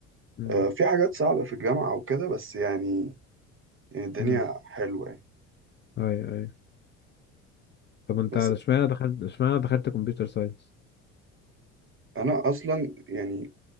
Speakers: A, on the left; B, on the right.
A: مم.
B: آه، في حاجات صعبة في الجامعة وكده بس يعني يعني الدنيا
A: مم.
B: حلوة يعني
A: أيوة أيوة طب انت
B: بس
A: اشمعنى دخلت اشمعنى دخلت كمبيوتر ساينس؟
B: أنا أصلا يعني